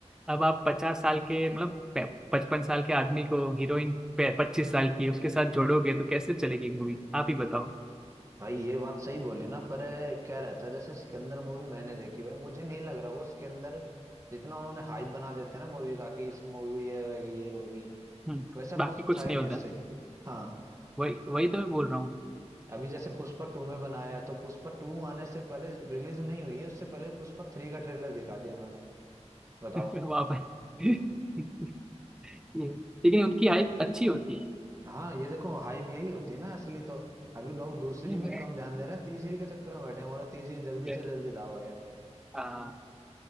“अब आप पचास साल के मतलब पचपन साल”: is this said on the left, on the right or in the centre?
Centre